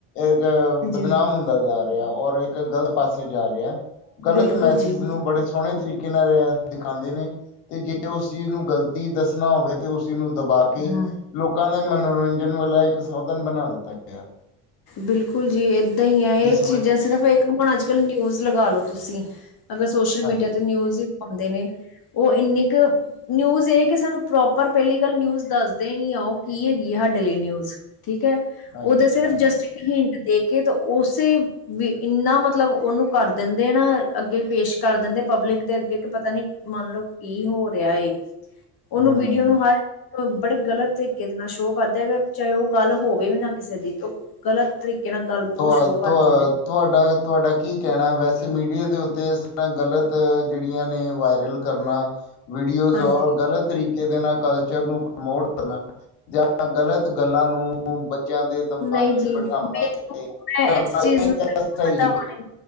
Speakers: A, on the left (about 85°); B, on the left (about 50°).
A: ਇੱਕ ਬਦਨਾਮ
B: ਹਾਂਜੀ
A: ਹੁੰਦਾ ਜਾ ਰਿਹਾ, ਔਰ ਇੱਕ ਗਲਤ ਪਾਸੇ ਜਾ ਰਿਹਾ। ਗ਼ਲਤ
B: ਬਿਲਕੁਲ
A: ਮੈਸਜ
B: ਜੀ
A: ਨੂੰ ਬੜੇ ਸੋਹਣੇ ਤਰੀਕੇ ਨਾਲ। ਦਿਖਾਉਂਦੇ ਨੇ, ਤੇ ਜੇ ਉਸ ਚੀਜ਼ ਨੂੰ ਗ਼ਲਤੀ ਦੱਸਣਾ ਹੋਵੇ ਤੇ ਉਸ ਚੀਜ਼ ਨੂੰ ਦਬਾ ਕੇ।
B: ਹਾਂ।
A: ਲੋਕਾਂ ਦੇ ਮਨੋਰੰਜਨ ਵਾਲਾ ਇੱਕ ਸਾਧਨ ਬਣਾ ਦਿੱਤਾ ਗਿਆ।
B: ਬਿਲਕੁਲ ਜੀ ਏਦਾਂ ਹੀ ਹੈ, ਇਹ
A: ਜਿਸ ਵਜ
B: ਚੀਜ਼ਾਂ ਸਿਰਫ ਇੱਕ। ਹੁਣ ਅੱਜ ਕੱਲ ਨਿਊਜ਼ ਲਗਾ ਲੋ ਤੁਸੀਂ, ਅਗਰ ਸੋਸ਼ਲ
A: ਹਾਂਜੀ
B: ਮੀਡੀਆ ਤੇ ਨਿਊਜ਼ ਹੀ ਪਾਉਂਦੇ ਨੇ। ਉਹ ਇੰਨੀ ਕੁ। ਨਿਊਜ਼ ਇਹ ਕਿ ਸਾਨੂੰ ਪ੍ਰੋਪਰ ਪਹਿਲੀ ਗੱਲ ਨਿਊਜ਼ ਦੱਸਦੇ ਨਹੀਂ ਆ ਉਹ ਕੀ ਹੈਗੀ ਹੈ ਸਾਡੇ ਲਈ ਨਿਊਜ਼। ਠੀਕ ਹੈ।
A: ਹਾਂਜੀ।
B: ਤੇ ਸਿਰਫ
A: ਹਾਂਜੀ
B: ਜਸਟਿਕ ਹਿੰਟ ਦੇ ਕੇ ਤੇ ਉਸੇ। ਵੀ ਇੰਨਾ ਮਤਲਬ ਉਹਨੂੰ ਕਰ ਦਿੰਦੇ ਨਾ, ਅੱਗੇ ਪੇਸ਼ ਕਰ ਦਿੰਦੇ ਪਬਲਿਕ ਦੇ ਅੱਗੇ ਕਿ ਪਤਾ ਨੀ। ਮੰਨਲਓ ਕੀ ਹੋ ਰਿਹਾ ਹੈ, ਉਹਨੂੰ
A: ਹਮ
B: ਵੀਡੀਓ ਨੂੰ ਹਰ। ਬੜੇ ਗ਼ਲਤ ਤਰੀਕੇ ਦੇ ਨਾਲ ਸ਼ੋਅ ਕਰਦੇ ਆ, ਚਾਹੇ ਉਹ ਗੱਲ ਹੋਵੇ ਵੀ ਨਾ ਕਿਸੇ ਦੀ, ਗਲਤ ਤਰੀਕੇ। ਤਰੀਕੇ ਨਾਲ ਗੱਲ ਬਹੁਤ
A: ਤੁਹਾ
B: ਸ਼ੋਅ ਕਰ
A: ਤੁਹਾ
B: ਦੇਣਗੇ।
A: ਤੁਹਾਡਾ, ਤੁਹਾਡਾ ਕੀ ਕਹਿਣਾ ਵੈਸੇ ਮੀਡੀਆ ਦੇ ਉੱਤੇ ਇਸ ਤਰ੍ਹਾਂ ਗਲਤ, ਜਿਹੜੀਆਂ ਨੇ ਵਾਇਰਲ। ਕਰਨਾ, ਵੀਡੀਓਜ਼
B: ਹਾਂਜੀ
A: ਔਰ ਗਲਤ ਤਰੀਕੇ ਦੇ ਨਾਲ ਕਲਚਰ ਨੂੰ ਪ੍ਰਮੋਟ ਕਰਨਾ। ਜਾਂ ਗਲਤ ਗੱਲਾਂ ਨੂੰ, ਬੱਚਿਆਂ ਦੇ ਦਿਮਾਗ
B: ਨਹੀਂ ਜੀ
A: 'ਚ ਬਿਠਾਉਣ
B: ਮੈਨੂੰ
A: ਵਾਸਤੇ।
B: ਮੈਂ
A: ਕਰਨਾ
B: ਇਸ ਚੀਜ਼
A: ਇਹ
B: ਨੂੰ,
A: ਕਿਆ
B: ਬਿਲਕੁਲ
A: ਸਹੀ
B: ਪਤਾ ਹੋਣੀ